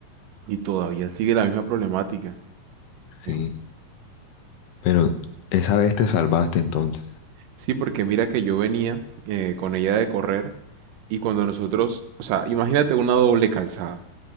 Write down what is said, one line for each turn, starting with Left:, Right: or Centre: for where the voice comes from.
Right: Y todavía sigue la misma problemática. Es
Left: Sí.
Right: un-
Left: Pero esa vez te salvaste entonces.
Right: Sí, porque mira que yo venía eh, con ella de correr y cuando nosotros, o sea, imagínate una doble calzada.